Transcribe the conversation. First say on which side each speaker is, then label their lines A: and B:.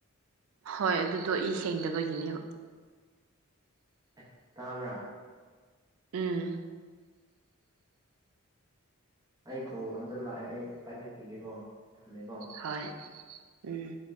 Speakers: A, on the right (about 75°); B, on the right (about 15°).
A: ꯍꯣꯏ ꯑꯗꯨꯗꯣ ꯏ ꯁꯦꯡꯗꯕꯒꯤꯅꯦꯕ
B: ꯑꯦ ꯇꯥꯕ꯭ꯔꯥ
A: ꯎꯝ
B: ꯑꯩ ꯀꯣꯜ ꯑꯝꯇ ꯂꯥꯛꯑꯦ ꯑꯩ ꯄꯥꯏꯈꯠꯈꯤꯒꯦꯀꯣ ꯊꯝꯃꯦꯀꯣ
A: ꯍꯣꯏ ꯎꯝ